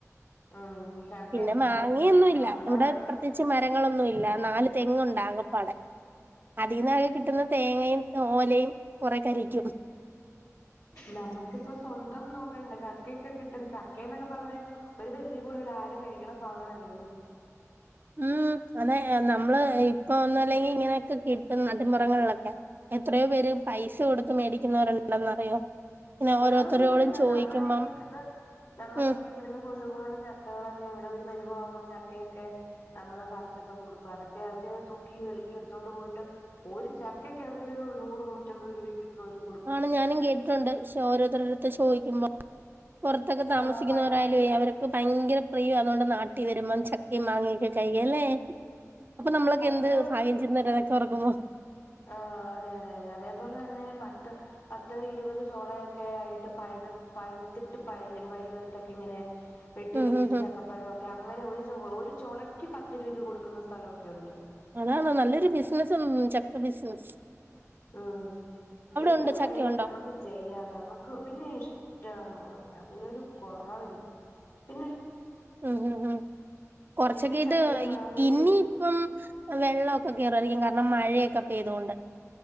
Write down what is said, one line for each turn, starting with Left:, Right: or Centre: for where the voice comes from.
Left: ഉം ചക്കയും
Right: പിന്നെ മാങ്ങയൊന്നുമില്ല
Left: നമ്മടെ
Right: ഇവിടെ
Left: ആണേലും
Right: പ്രത്യേ പച്ച മരങ്ങളൊന്നും ഇല്ല നാല് തെങ്ങുണ്ട് ആകെപ്പാടെ അതിന്ന്ആകെ കിട്ടുന്ന തേങ്ങയും ഓലയും കുറെ കരിക്കും
Left: നമ്മക്കിപ്പോ സ്വന്തം നോക്കണ്ട ചക്കൊക്കെ കിട്ടും ചക്ക എന്നൊക്കെ പറഞ്ഞ ഒരു പരിധി കൂടുതൽ ആരും കഴിക്കണ സാധനം അല്ലല്ലോ
Right: ഉം അതെ നമ്മള് ഇപ്പ ഒന്നും അല്ലെങ്കിൽ ഇങ്ങനെയൊക്കെ കിട്ടും നടിപുറങ്ങളിലൊക്കെ എത്രയോ പേര് പൈസ കൊടുത്ത് മേടിക്കുന്നവരുണ്ടെന്നറിയോ ഇങ്ങനെ ഓരോരുത്തരോടും
Left: ആഹ ഉണ്ട്ണ്ട്
Right: ചോദിക്കുമ്പം
Left: നമ്മുടെ ഒക്കെ ഇവിടുന്ന് നമ്മുക്കൊക്കെ
Right: ഉം
Left: ഇവിടു ഇവിന്ന് കൊണ്ടുപോകുന്ന ചക്കകളൊക്കെ ഇവിടെ ഒരു പരിവ് ആകുമ്പോ ചക്കയൊക്കെ നമ്മള് പറിച്ചൊക്കെ കൊടുക്കും അതൊക്കെ അവര് തൂക്കി വളക്കി എടുത്തോണ്ട് പോയിട്ട് ഒരു ചക്കക്ക് അവര് നൂറ് നൂറ്റമ്പത് രൂപക്ക് <inaudible>
Right: ആണ് ഞാനും കേട്ടിട്ടുണ്ട് ഓരോരുത്തടെത്ത് ചോദിക്കുമ്പോൾ പുറത്തൊക്കെ താമസിക്കുന്നവരാലും
Left: ആ പഴുത്ത്
Right: അവര് ഭയങ്കര പ്രിയം അതുകൊണ്ട് നാട്ടി വരുമ്പോം ചക്കയും മാങ്ങൊക്കെ കഴിക്കാൻ അല്ലെ അപ്പേ നമ്മളൊക്കെ
Left: പത്ത്
Right: എന്ത് ഭാഗ്യം ചെയ്യുന്നുണ്ട് അതൊക്കെ ഓർക്കുമ്പോൾ
Left: ആഹ അതെ അതെ അതെ അതെപോലെ തന്നെ പത്ത് പത്തോ ഇരുപതോ ചോളയായിട്ട് പഴ പഴുത്തിട്ട് പഴ് വഴിയോരത്തിങ്ങനെ വെട്ടി
Right: ഉം
Left: വെച്ചിട്ട്
Right: ഉം ഉം
Left: ചക്കപ്പഴൊക്കെ അങ്ങനെ ഒരു ചൊ ഒരു ചൊളക്ക് പത്ത് രൂപയ്ക്ക് കൊടുക്കുന്ന സ്ഥലമൊക്കെ ഉണ്ട്
Right: അതാണോ നല്ലൊരു ബിസിനസ്സാണ്‌ ചക്ക ബിസിനസ്സ്
Left: ഉം എന്ത്
Right: ഉണ്ടോ
Left: വേണേലും
Right: ചക്കയുണ്ടോ
Left: നമുക്ക് ചെയ്യാ നമുക്ക് പിന്നെ ഇഷ്ടം പോലെ അതിനൊരു കൊറവില്ല പിന്നെ
Right: ഉ ഉ കൊറച്ചൊക്കെ
Left: എനിക്ക്
Right: ഇത്
Left: ചക്കയും മാങ്ങയും
Right: ഇനി ഇപ്പം വെള്ളക്കെ കേറുആയിരിക്കും കാരണം മഴയൊക്കെ പെയ്തോണ്ട്